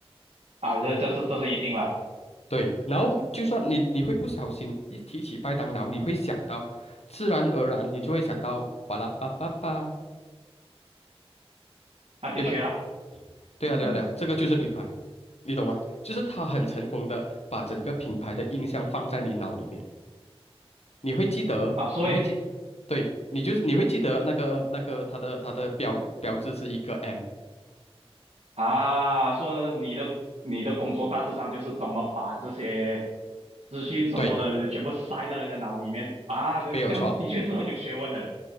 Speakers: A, on the right; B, on the left.
A: 啊，这这是这是一定啦，
B: 对，然后就算你你会不小心一提起麦当劳，你会想到，自然而然你就会想到巴拉巴巴巴，
A: 啊的确啦，
B: 对吗？对啊对啊对啊，
A: 嗯嗯
B: 这个就是品牌，你懂吗？就是他很成功的把整个品牌的印象放在你脑里面。你会记得，
A: 啊，所以
B: 你会记，对，你就是你会记得那个那个它的它的标标志是一个 M，
A: 啊，说你的你的工作大致上就是怎么把这些资讯什么的全部塞在人家脑里面啊，
B: 对，
A: 这这样的确是很有学问的，
B: 没有错。